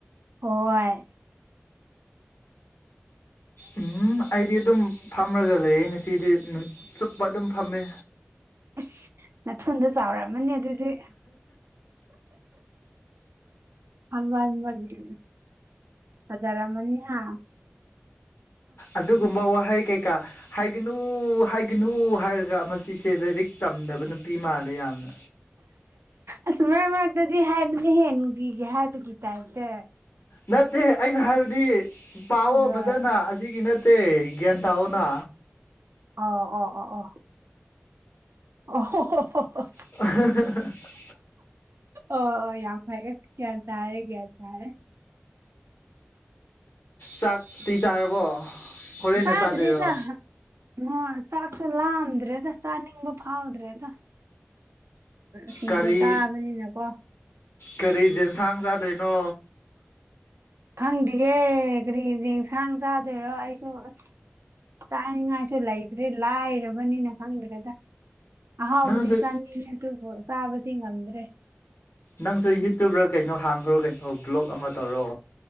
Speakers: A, on the right; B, on the left.
A: ꯍꯣꯏ
B: ꯎꯝ ꯑꯩꯗꯤ ꯑꯗꯨꯝ ꯐꯝꯔꯒ ꯂꯩꯌꯦ ꯉꯁꯤꯗꯤ ꯆꯨꯞꯄ ꯑꯗꯨꯝ ꯐꯝꯃꯦ
A: ꯑꯁ ꯅꯥꯊꯨꯟꯗꯣ ꯆꯥꯎꯃꯝꯃꯥꯅꯤ ꯑꯗꯨꯗꯤ ꯑꯃ <unintelligible> ꯐꯖꯔꯝꯃꯅꯤ ꯍꯥ
B: ꯑꯗꯨꯒꯨꯝꯕ ꯋꯥꯍꯩ ꯀꯩꯀꯥ ꯍꯥꯏꯒꯅꯨ ꯍꯥꯏꯒꯅꯨ ꯍꯥꯏꯔꯒ ꯃꯁꯤꯁꯦ ꯂꯥꯏꯔꯤꯛ ꯇꯝꯗꯕ ꯅꯨꯄꯤ ꯃꯥꯜꯂꯦ ꯌꯥꯝꯅ
A: ꯑꯁ ꯃꯔꯛ ꯃꯔꯛꯇꯗꯤ ꯍꯥꯏꯕꯅꯦꯍꯦ ꯅꯨꯡꯇꯤꯒꯤ ꯍꯥꯏꯕꯒꯤ ꯇꯥꯏꯞꯇ
B: ꯅꯠꯇꯦ ꯑꯩꯅ ꯍꯥꯏꯕꯗꯤ ꯄꯥꯑꯣ
A: ꯍꯣꯏ
B: ꯐꯖꯅ ꯑꯁꯤꯒꯤ ꯅꯠ ꯇꯦ ꯒꯟꯇꯥꯎꯑꯣꯅ
A: ꯑꯣ ꯑꯣ ꯑꯣ ꯑꯣ ꯑꯣ
B: <unintelligible>
A: ꯑꯣ ꯑꯣ ꯌꯥꯝ ꯐꯩꯌꯦ ꯒ꯭ꯌꯥꯟ ꯇꯥꯔꯦ ꯒ꯭ꯌꯥꯟ ꯇꯥꯔꯦ
B: ꯆꯥꯛꯇꯤ ꯆꯥꯔꯕꯣ ꯍꯣꯔꯦꯟꯅ
A: ꯆꯥꯗ꯭ꯔꯤꯗ
B: ꯆꯥꯗꯣꯏꯔꯣ
A: <unintelligible> ꯆꯥꯛꯁꯨ ꯂꯥꯝꯗ꯭ꯔꯦꯗ ꯆꯥꯅꯤꯡꯕ ꯐꯥꯎꯗ꯭ꯔꯦꯗ ꯁꯤꯡꯖꯨ
B: ꯀꯔꯤ
A: ꯆꯥꯕꯅꯤꯅꯀꯣ
B: ꯀꯔꯤ ꯖꯦꯟꯁꯥꯡ ꯆꯥꯗꯣꯏꯅꯣ
A: ꯈꯪꯗ꯭ꯤꯌꯦ ꯀꯔꯤ ꯌꯦꯟꯁꯥꯡ ꯆꯥꯗꯣꯏꯔꯣ ꯑꯩꯁꯨ ꯑꯁ ꯆꯥꯅꯤꯡꯉꯥꯏꯁꯨ ꯂꯩꯇ꯭ꯔꯦ ꯂꯥꯏꯔꯕꯅꯤꯅ ꯈꯪꯗ꯭ꯔꯦꯗ ꯑꯍꯥꯎꯕꯗꯤ
B: ꯅꯪꯁꯨ
A: ꯆꯥꯅꯤꯡꯉꯦ ꯑꯗꯨꯕꯨ ꯆꯕꯗꯤ ꯉꯝꯗ꯭ꯔꯦ
B: ꯅꯪꯁꯨ ꯌꯨꯇꯨꯕꯔ ꯀꯩꯅꯣ ꯍꯥꯡꯒꯔꯣ ꯀꯩꯅꯣ ꯕ꯭ꯂꯣꯛ ꯑꯃ ꯇꯧꯔꯣ